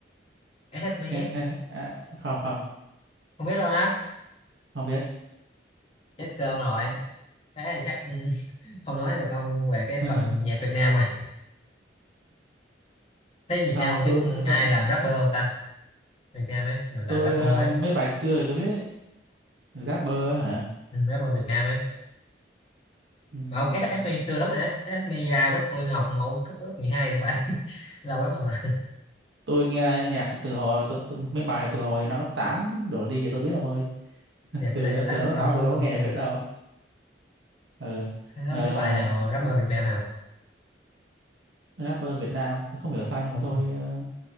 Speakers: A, on the left; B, on the right.
A: SH Me ấy
B: Em- em- à, không không
A: không biết luôn á
B: không biết.
A: chết cơm rồi thế thì chắc ừ, không nói được ông về cái
B: <laughs>
A: phần nhạc Việt Nam rồi thế Việt
B: Không,
A: Nam ông biết
B: tôi biết
A: ai
B: bạn
A: làm rapper không ta Việt Nam ấy mình là
B: tôi
A: rapper
B: ờ,
A: ấy
B: mấy bài xưa thì tôi biết đấy. Rapper hả?
A: Ừ, rapper Việt Nam ấy
B: Ừm,
A: ông SH Me xưa lắm rồi đấy SH Me ra lúc tôi học mẫu cấp lớp 12 thì phải <laughs> lâu lắm rồi mà
B: tôi nghe nhạc từ hồi tôi, tôi, mấy bài từ hồi năm lớp 8 đổ đi thì tôi biết ông ơi
A: nhạc
B: từ
A: Việt đây
B: từ
A: lớp
B: từ
A: 8
B: năm
A: chắc
B: lớp
A: ông
B: tám là tôi đâu có
A: không
B: nghe
A: nghe
B: nhạc Việt đâu ừ.
A: Thế không
B: ờ,
A: biết bài nào rapper Việt Nam nào
B: rapper Việt Nam không hiểu sao nhưng
A: Đúng.
B: mà tôi ờ,